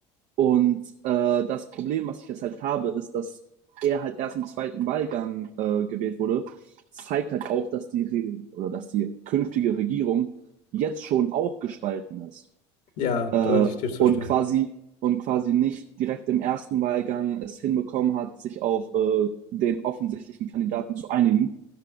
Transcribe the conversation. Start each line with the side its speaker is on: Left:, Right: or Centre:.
Right: Und äh, das Problem, was ich jetzt halt habe, ist, dass er halt erst im zweiten Wahlgang äh, gewählt wurde, zeigt halt auch, dass die, Re oder dass die künftige Regierung jetzt schon auch gespalten ist
Left: ja,
Right: äh,
Left: da würde ich dir zustimmen.
Right: und, quasi, und quasi nicht direkt im ersten Wahlgang es hinbekommen hat, sich auf äh, den offensichtlichen Kandidaten zu einigen.